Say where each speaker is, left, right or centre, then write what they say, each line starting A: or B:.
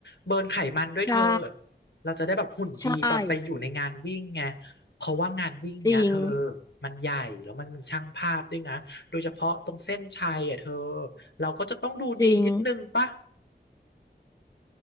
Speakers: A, on the left; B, on the left.
A: เบิร์นไขมันด้วยเธอ
B: ใช่
A: เราจะได้แบบหุ่นดีตอนไปอยู่ในงานวิ่งไง
B: ใช่
A: เพราะว่างานวิ่งเนี้ยเธอ
B: จริง
A: มันใหญ่แล้วมันมีช่างภาพด้วยนะโดยเฉพาะตรงเส้นชัยอ่ะเธอเราก็จะต้องดูดีนิดนึงปะ
B: จริง